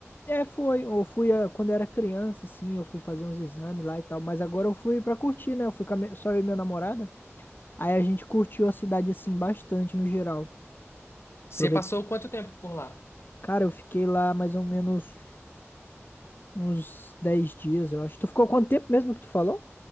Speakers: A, on the left; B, on the left.
A: É, foi. Eu fui ah, quando eu era criança, assim, eu fui fazer uns exames lá e tal. Mas agora eu fui pra curtir, né? Eu fui com a minha- só eu e minha namorada. Aí a gente curtiu a cidade, assim, bastante no geral.
B: Você
A: Aproveitei.
B: passou quanto tempo por lá?
A: Cara, eu fiquei lá mais ou menos. Uns 10 dias, eu acho. Tu ficou quanto tempo mesmo que tu falou?